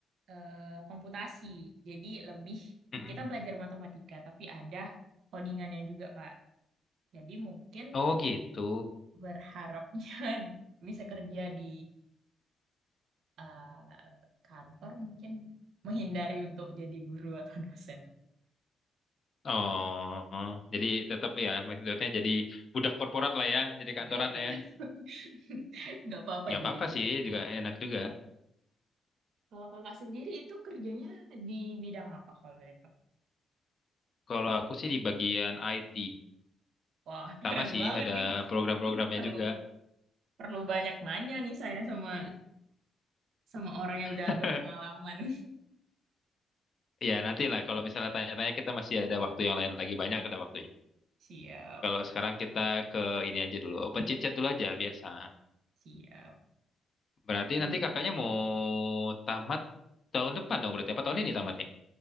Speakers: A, on the right; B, on the left.
A: eh, komputasi, jadi lebih
B: mm-mm.
A: kita belajar matematika, tapi ada codingannya juga, Kak. Jadi mungkin
B: Oh gitu.
A: berharapnya <laughs> bisa kerja di eh, kantor, mungkin menghindari untuk jadi guru atau dosen.
B: Oh, jadi tetap ya maksudnya jadi budak korporat lah ya, jadi kantoran
A: Ya, betul.
B: ya.
A: <laughs> Nggak apa-apa
B: Nggak apa-apa
A: jadi muda.
B: sih, juga enak juga.
A: Kalau kakak sendiri itu kerjanya di bidang apa kalau boleh tahu?
B: Kalau aku sih di bagian IT,
A: Wah, <laughs> keren
B: sama sih
A: banget
B: ada
A: nih.
B: program-programnya
A: Ini perlu
B: juga.
A: perlu banyak nanya nih saya sama sama orang yang udah
B: <laughs>
A: berpengalaman. <laughs>
B: Ya nanti lah kalau misalnya tanya-tanya kita masih ada waktu yang lain lagi banyak ada waktunya.
A: Siap,
B: Kalau sekarang kita ke ini aja dulu, open chit chat dulu aja biasa.
A: siap.
B: Berarti
A: Dulu
B: nanti kakaknya mau tamat tahun depan dong berarti apa tahun ini tamatnya?